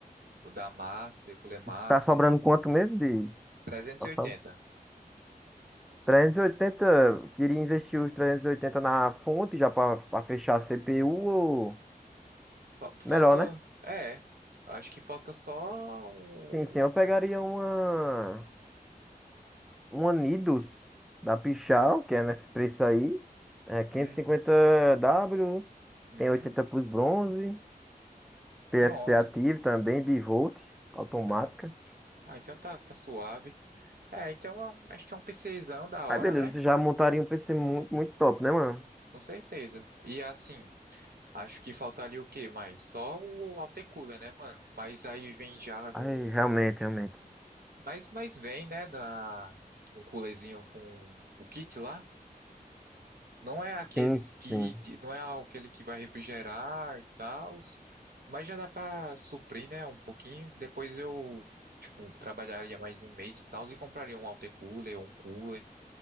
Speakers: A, on the right; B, in the centre.
A: o da Master, Cooler Master.
B: Tá sobrando quanto mesmo de,
A: 380.
B: tá sabe? 380, eu queria investir os 380 na fonte já para fechar a CPU ou
A: Fa- Faltou,
B: melhor, né?
A: é, acho que falta só o
B: Sim, sim, eu pegaria
A: que?
B: uma uma Nidus da Pichal, que é nesse preço aí, é quinhentos
A: Hum?
B: e cinquenta w
A: Uhum.
B: tem 80 para os bronze, PFC
A: Pronto.
B: ativo também, bivolt, automática.
A: Ah, ah, então tá, tá suave. É, então é um- acho que é um PCzão da
B: Aí
A: hora,
B: beleza,
A: né?
B: você já montaria um PC muito, muito top, né, mano?
A: Com certeza. E assim, acho que faltaria o quê mais? Só o autocooler, né, mano? Mas aí vem já no.
B: Aí, realmente, realmente.
A: Mas, mas vem, né? Na... Um coolerzinho com o kit lá. Não é aqueles
B: Sim, sim.
A: kit, não é aquele que vai refrigerar e tal. Mas já dá pra suprir, né? Um pouquinho. Depois eu, tipo, trabalharia mais um mês e tal. E compraria um autocooler ou um cooler.